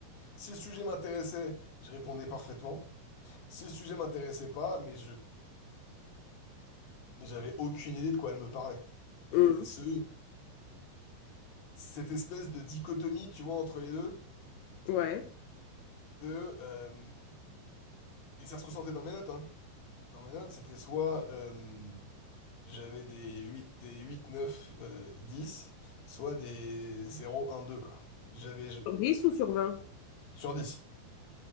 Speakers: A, on the left; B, on the left.
A: si le sujet m'intéressait, je répondais parfaitement. Si le sujet m'intéressait pas, mais je j'avais aucune idée de quoi elle me parlait. Et
B: Mhm.
A: ce, cette espèce de dichotomie, tu vois, entre les deux,
B: Ouais.
A: de euh, et ça se ressentait dans mes notes, hein. Dans mes notes, c'était soit euh, J'avais des huit des huit neuf euh, 10, soit des zéro un deux quoi. J'avais, je-
B: Sur 10 ou sur 20.
A: sur dix